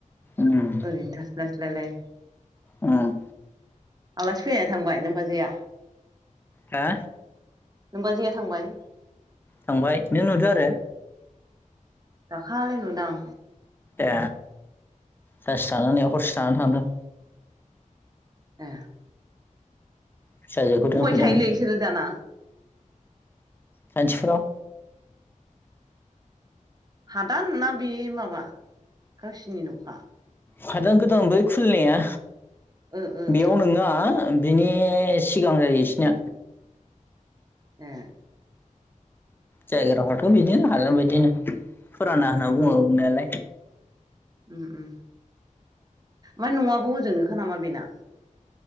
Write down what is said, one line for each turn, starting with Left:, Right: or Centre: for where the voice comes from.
Left: उम
Right: ओरैनो थास्लायस्लायलाय
Left: उम
Right: आलासि फैनानै थांबाय नोमबाजैआ
Left: हा
Right: नोमबाजैया थांबाय
Left: थांबाय नों नुदों आरो
Right: दालालि नुदां
Left: ए सानसे थानानै हरसे थानानै थांदों
Right: ए
Left: फिसाजोखौ दोनफैदोंमोन
Right: अबाय थायोलै इसोरो दाना
Left: सानथिफुराव
Right: हादान ना बे माबा गावसिनि न'खा
Left: खायदा गोदान बै खुलिनाया
Right: ओ ओ
Left: बेयाव
Right: ओ
Left: नोङा बिनि सिगां जायो इसिनिया
Right: ए
Left: जायगाफ्राथ' बिदिनो हादान बायदिनो फुराना होनना बुङो
Right: उम
Left: बुंनायालाय
Right: उम उम ओमफाय न'आबो होजोंनोखा नामा बेना